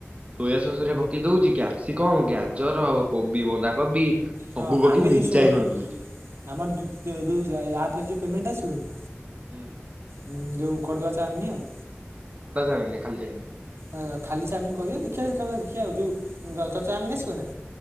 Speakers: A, on the right; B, on the right.
A: ସୋୟା ସସ୍ ରେ ପକେଇ ଦଉଛି କ୍ୟାପ୍ସିକମ୍, ଗାଜର, କୋବି, ବନ୍ଧାକୋବି
B: ହଁ
A: ସବୁ ପକେଇ
B: ଆମେ
A: ମେଞ୍ଚାଏ
B: ହେଇ ଶୁଣ
A: ଖଣ୍ଡେ ଦଉଛି।
B: ଆମର ଯୁ ତେ ଯୋଉ ୟାପରେ ଯୋଉ ପେମେଣ୍ଟ ଆସିବନି?
A: ହୁଁ।
B: ହୁଁ ଯୋଉ କରିବା ଚାଓମିନି ଆଉ।
A: ଅଣ୍ଡା ଚାଓମିନି ନା ଖାଲି ଚାଓମିନି?
B: ଅ ଖାଲି ଚାଓମିନ୍ କରିବା ଦେଖିବା ଯେତେବେଳେ ଦେଖିବା ଆଉ। ଯୋଉ ତ ଚାଓମିନ୍ ଆସିବ ନା?